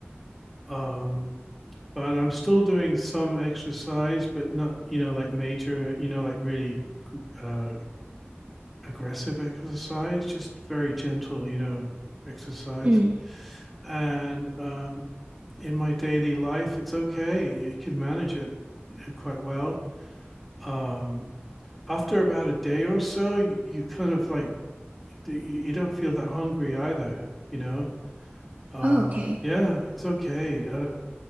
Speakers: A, in the centre; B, on the right (about 40°).
A: Um, but I'm still doing some exercise, but not, you know, like major, you know, like really uh, aggressive exercise, just very gentle, you know, exercise.
B: Mm.
A: And um, in my daily life, it's okay. You can manage it uh, quite well. Um, after about a day or so, you, you kind of like, you you don't feel that hungry either, you know? um,
B: Oh, okay.
A: yeah, it's okay. Uh,